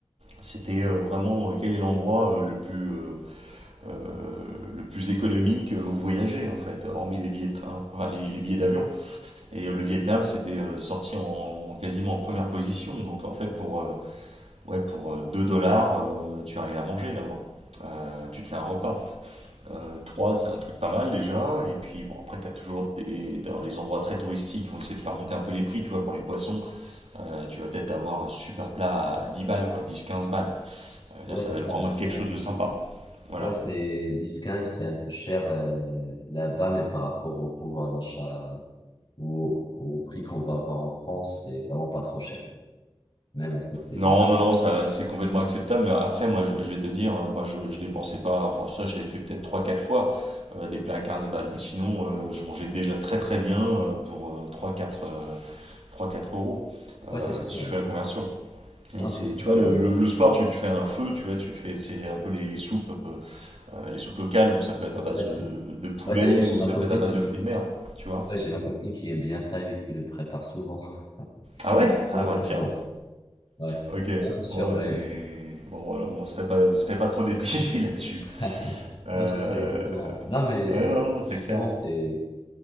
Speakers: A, on the right; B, on the left.
A: C'était euh, vraiment euh, quel est l'endroit euh, le plus euh, euh, le plus économique où voyager en fait, hormis les billets de train, enfin les, les billets d'avion. Et euh, le Vietnam c'était euh, sorti en, en- quasiment en première position, donc en fait pour, euh, ouais, pour euh, 2 dollars euh, tu arrives à manger là-bas. Euh, tu te fais un repas. Euh, trois c'est un truc pas mal déjà, et puis bon après tu as toujours des, dans les endroits très touristiques ils vont essayer de faire monter un peu les prix, tu vois pour les poissons, euh, tu vas peut-être avoir un super plat à 10 balles quoi, dix quinze balles. Euh,
B: Ouais,
A: là ça
B: c'est
A: va
B: ça,
A: vraiment
B: exactement.
A: être quelque chose de sympa. Voilà.
B: Ouais, c'est 10-15, c'est un peu cher euh, là-bas, mais par rapport au pouvoir d'achat. ou au prix qu'on va avoir en France, c'est vraiment pas trop cher, même à ce prix,
A: Non,
B: non?
A: non, non, ça c'est complètement acceptable. Mais après, moi, je, je vais te dire, euh, moi, je, je dépensais pas. Enfin, ça, je l'ai fait peut-être trois, quatre fois, euh, des plats à 15 balles. Mais sinon, euh, je mangeais déjà très très bien euh, pour euh, trois, quatre euh, trois quatre euros,
B: Ouais,
A: euh,
B: c'est sûr.
A: si je
B: ouais.
A: fais la conversion.
B: Non,
A: Et c'est,
B: c'est sûr.
A: tu vois, le,
B: euh,
A: le- le soir, tu te fais un feu, tu vois, tu te fais, c'est un peu les, les soupes, euh, les soupes locales. Donc, ça peut être à base
B: Ouais,
A: de,
B: c'est-
A: de poulet
B: ouais, d'ailleurs, j'ai
A: ou
B: ma
A: ça
B: copine
A: peut être à base
B: qui,
A: de fruits de mer, tu vois.
B: ouais, j'ai ma copine qui aime bien ça et qui le prépare souvent. <laughs>
A: Ah ouais?
B: Non,
A: Ah bah
B: c'est
A: tiens,
B: bon. Ouais.
A: ok.
B: Non, c'est sûr,
A: Bon,
B: ouais.
A: c'est. Bon, voilà, on serait pas, on serait pas trop dépaysé <laughs> là-dessus.
B: <laughs>
A: Euh...
B: Non, c'est ça, exactement. Non, mais
A: Ouais, non, non, c'est
B: justement,
A: clair.
B: c'est